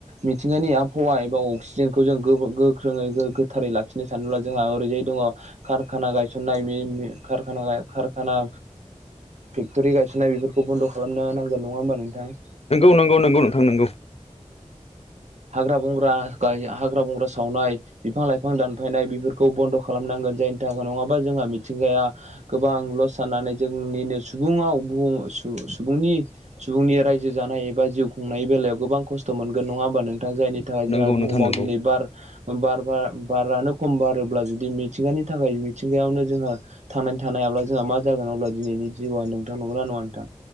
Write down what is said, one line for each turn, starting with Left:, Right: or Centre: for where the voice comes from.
Right: मिथिंगानि आबहावा एबा अक्सिजेनखौ जों गो गो ख्रोङै गो-गोथारै लाखिनो सानोब्ला जोंहा ओरैजाय दङ' कारखाना गायसननाय <unintelligible> कारखाना गा कारखाना फेक्ट'रि गायसननाय बेफोरखौ बन्द' खालामनो नांगोन नङा होमबा नोंथां? <inaudible>
Left: नंगौ नंगौ नंगौ नोंथां नंगौ
Right: हाग्रा बंग्रा गाय हाग्रा बंग्रा बिफां-लाइफां दानफायनाय बेफोरखौ बन्द' खालामनांगोन जायनि थाखाय नङाबा जोंहा मिथिंगाया गोबां लस जानानै जोंनिनो सुबुंआव बुं सु-सुबुंनि सुबुंनि रायजो जानाय एबा बा जिउ खुंनायनि बेलायाव गोबां खस्थ' मोनगोन नङा होमबा नोंथां जायनि थाखाय जोंहा
Left: नंगौ
Right: बुहुमाव
Left: नोंथां नंगौ
Right: दिनै बार बार बार बारानो खम बारोब्ला जुदि मिथिंगानि थाखाय मिथिंगायावनो जोंहा थांनानै थानायाब्ला जोंहा मा जागोन अब्ला दिनैनि जिउआ नोंथां नंगौना नङा नोंथां?